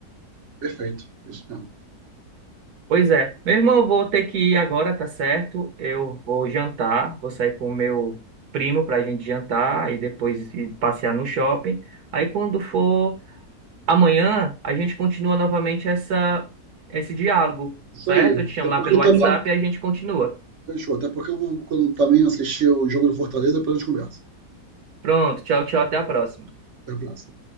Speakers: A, on the right; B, on the right.
A: perfeito. Isso mesmo.
B: Pois é. Meu irmão, eu vou ter que ir agora, tá certo? Eu vou jantar, vou sair com o meu primo pra gente jantar e depois ir passear no shopping. Aí quando for amanhã, a gente continua novamente essa esse diálogo,
A: Isso
B: certo?
A: aí. Até
B: Eu te chamo lá
A: porque
B: pelo
A: eu
B: WhatsApp
A: também.
B: e a gente continua.
A: Fechou. Até porque eu vou, quando também assistir o jogo do Fortaleza, depois a gente conversa.
B: Pronto, tchau, tchau, até a próxima.
A: Até a próxima.